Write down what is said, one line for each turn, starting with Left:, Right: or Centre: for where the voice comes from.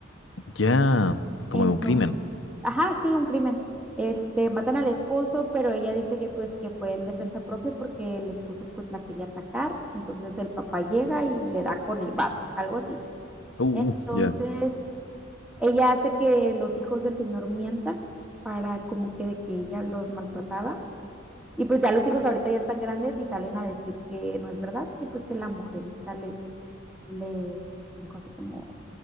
Left: ya, como
Centre: Entonces,
Left: de un crimen.
Centre: ajá, sí, un crimen. Este, matan al esposo, pero ella dice que pues que fue en defensa propia porque el esposo pues la quería atacar, entonces el papá llega y le da con el bat, algo así.
Left: Uh,
Centre: Entonces,
Left: ya.
Centre: Ella hace que los hijos del señor mientan para como que de que ella los maltrataba. Y pues ya los hijos ahorita ya están grandes y salen a decir que no es verdad, que pues que la mujer esta les, les dijo así como